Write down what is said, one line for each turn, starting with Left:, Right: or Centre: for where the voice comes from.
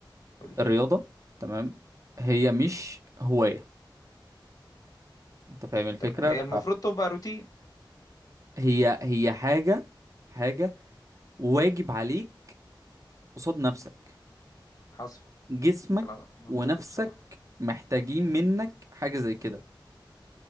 Left: قولي
Right: الرياضة تمام هي مش هواية انت فاهم الفكرة
Left: طب هي المفروض تبقى روتين
Right: فهي هي حاجة حاجة واجب عليك قصاد نفسك
Left: حصل
Right: جسمك
Left: كلام منطقي
Right: ونفسك
Left: بصراحة
Right: محتاجين منك حاجة زي كده